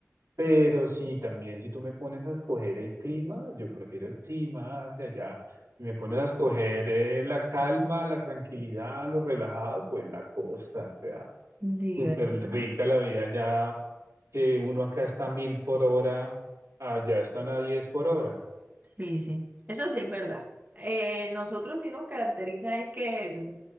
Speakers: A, on the right (about 85°); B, on the right (about 35°).
A: Pero sí, también si tú me pones a escoger el clima, yo prefiero el clima de allá. Si me pones a escoger eh, la calma, la tranquilidad, lo relajado, pues la costa, o sea,
B: Sí,
A: súper
B: ¿verdad?
A: rica la vida allá, que uno acá está a mil por hora, allá están a diez por hora.
B: Sí, sí. Eso sí es verdad. Eh, nosotros sí nos caracteriza es que mm,